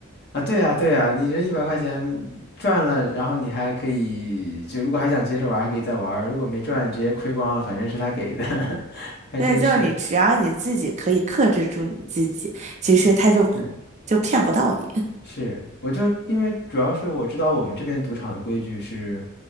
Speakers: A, on the left; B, on the right.
A: 啊，对呀对呀，你这一百块钱赚了，然后你还可以，就如果还想接着玩儿还可以再玩儿如果没赚，直接亏光了，反正是他给的，<laughs> 还真是，
B: 对，就是你只要你自己可以克制住你自己，其实他就
A: 嗯，
B: 就骗不到你
A: 是，我就因为主要是我知道我们这边赌场的规矩是。